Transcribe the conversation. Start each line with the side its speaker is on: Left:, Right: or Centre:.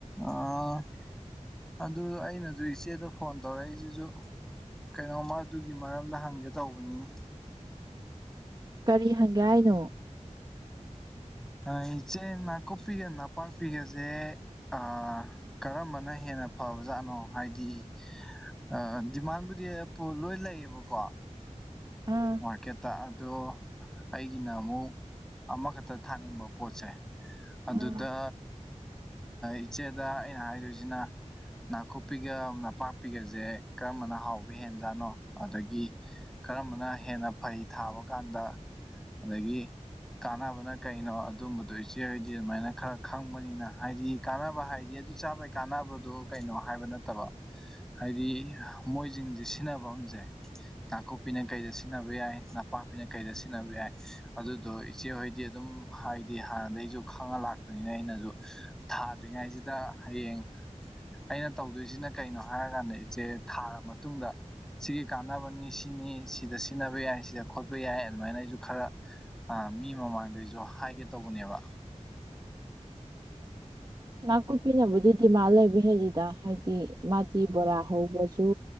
Centre: ꯑꯥ ꯑꯗꯨ ꯑꯩꯅꯖꯨ ꯏꯆꯦꯗ ꯐꯣꯟ ꯇꯧꯔꯛꯏꯖꯤꯖꯨ ꯀꯩꯅꯣꯝꯃ ꯑꯗꯨꯒꯤ ꯃꯔꯝꯗ ꯍꯪꯒꯦ ꯇꯧꯕꯅꯤꯅꯦ
Right: ꯀꯔꯤ ꯍꯪꯒꯦ ꯍꯥꯏꯅꯣ
Centre: ꯑ ꯏꯆꯦ ꯅꯥꯀꯨꯞꯄꯤꯒ ꯅꯄꯥꯛꯄꯤꯒꯁꯦ ꯑ ꯀꯔꯝꯕꯅ ꯍꯦꯟꯅ ꯐꯕ ꯖꯥꯠꯅꯣ ꯍꯥꯏꯗꯤ ꯑ ꯗꯤꯃꯥꯟꯕꯨꯗꯤ ꯂꯣꯏ ꯂꯩꯌꯦꯕꯀꯣ
Right: ꯑꯥ
Centre: ꯃꯥꯔꯀꯦꯠꯇ ꯑꯗꯣ ꯑꯩꯒꯤꯅ ꯑꯃꯨꯛ ꯑꯃꯈꯛꯇ ꯊꯥꯅꯤꯡꯕ ꯄꯣꯠꯁꯦ ꯑꯗꯨꯗ
Right: ꯑꯥ
Centre: ꯏꯆꯦꯗ ꯑꯩꯅ ꯍꯥꯏꯗꯣꯏꯁꯤꯅ ꯅꯥꯀꯨꯞꯄꯤꯒ ꯅꯄꯥꯛꯄꯤꯒꯁꯦ ꯀꯔꯝꯕꯅ ꯍꯥꯎꯕ ꯍꯦꯟꯖꯥꯠꯅꯣ ꯑꯗꯒꯤ ꯀꯔꯝꯕꯅ ꯍꯦꯟꯅ ꯐꯩ ꯊꯥꯕ ꯀꯥꯟꯗ ꯑꯗꯒꯤ ꯀꯥꯟꯅꯕꯅ ꯀꯩꯅꯣ ꯑꯗꯨꯝꯕꯗꯣ ꯏꯆꯦ ꯑꯣꯏꯗꯤ ꯑꯗꯨꯃꯥꯏꯅ ꯈꯔ ꯈꯪꯕꯅꯤꯅ ꯍꯥꯏꯗꯤ ꯀꯥꯟꯅꯕ ꯍꯥꯏꯗꯤ ꯑꯗꯨ ꯆꯥꯕꯩ ꯀꯥꯟꯅꯕꯗꯨ ꯀꯩꯅꯣ ꯍꯥꯏꯕ ꯅꯠꯇꯕ ꯍꯥꯏꯗꯤ ꯃꯣꯏꯁꯤꯡꯁꯦ ꯁꯤꯖꯤꯟꯅꯕꯝꯁꯦ ꯅꯥꯀꯨꯞꯄꯤꯅ ꯀꯩꯗ ꯁꯤꯖꯤꯟꯅꯕ ꯌꯥꯏ ꯅꯄꯥꯛꯄꯤꯅ ꯀꯩꯗ ꯁꯤꯖꯤꯟꯅꯕ ꯌꯥꯏ ꯑꯗꯨꯗꯣ ꯏꯆꯦꯍꯣꯏꯗꯤ ꯑꯗꯨꯝ ꯍꯥꯏꯗꯤ ꯍꯥꯟꯅꯗꯒꯝꯁꯨ ꯈꯪꯉ ꯂꯥꯛꯄꯅꯤꯅ ꯑꯩꯅꯁꯨ ꯊꯥꯗ꯭ꯔꯤꯉꯩꯁꯤꯗ ꯍꯌꯦꯡ ꯑꯩꯅ ꯇꯧꯗꯣꯏꯁꯤꯅ ꯀꯩꯅꯣ ꯍꯥꯏꯔꯀꯥꯟꯗ ꯏꯆꯦ ꯊꯥꯔ ꯃꯇꯨꯡꯗ ꯁꯤꯒꯤ ꯀꯥꯟꯅꯕꯅꯤ ꯁꯤꯅꯤ ꯁꯤ ꯁꯤꯗ ꯁꯤꯖꯤꯟꯅꯕ ꯌꯥꯏ ꯁꯤꯗ ꯈꯣꯠꯄ ꯌꯥꯏ ꯑꯗꯨꯃꯥꯏꯅ ꯑꯩꯁꯨ ꯈꯔ ꯃꯤ ꯃꯃꯥꯡꯗ ꯑꯩꯁꯨ ꯍꯥꯏꯒꯦ ꯇꯧꯕꯅꯦꯕ
Right: ꯅꯥꯀꯨꯞꯄꯤꯅꯕꯨꯗꯤ ꯗꯤꯃꯥꯟ ꯂꯩꯕ ꯍꯦꯜꯂꯤꯗ ꯍꯥꯏꯗꯤ ꯃꯥꯇꯤ ꯕꯣꯔꯥ ꯍꯧꯕꯁꯨ